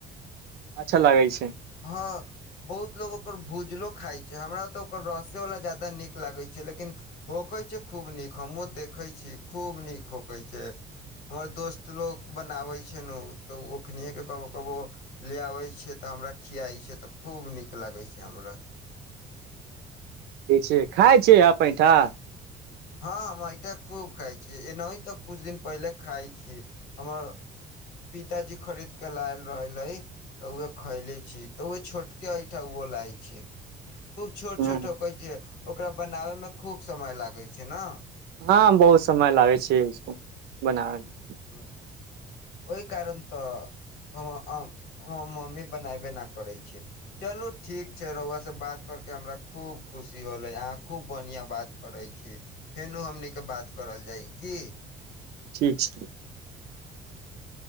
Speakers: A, on the right; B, on the left.
A: अच्छा लागै छै
B: <unintelligible> <unintelligible>
A: <unintelligible>
B: <unintelligible> <unintelligible>
A: हूँ
B: <unintelligible> छै ने
A: <unintelligible>
B: <unintelligible>
A: ठीक छै
B: ठीक